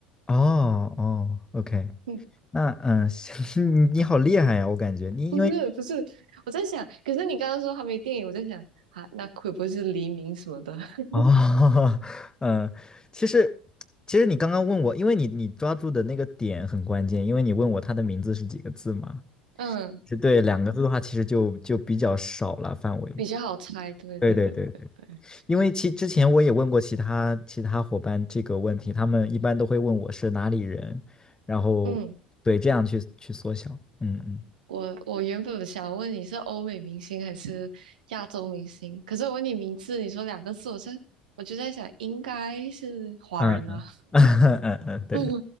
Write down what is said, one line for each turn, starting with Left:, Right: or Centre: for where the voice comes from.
Left: 哦哦，OK，
Right: 嗯
Left: 那嗯，<laughs> 你你好厉害呀！我感觉你因为
Right: 不是不是，我在想，可是你刚刚说还没电影，我在想啊，那会不会是黎明什么的？<laughs>
Left: 哦，<laughs> 嗯，其实其实你刚刚问我，因为你你抓住的那个点很关键，因为你问我他的名字是几个字嘛？
Right: 嗯，
Left: 是对，两个字的话，其实就就比较少了范围。
Right: 比较好猜。对对对对对，
Left: 对对对对。因为其之前我也问过其他其他伙伴这个问题，他们一般都会问我是哪里人，然后对这样去去缩小。
Right: 嗯，
Left: 嗯嗯
Right: 我我原本想问你是欧美明星还是亚洲明星，可是我问你名字，你说两个字，我真我就在想应该是华人啊，
Left: 嗯嗯 <laughs> 嗯，嗯，对对，
Right: <laughs>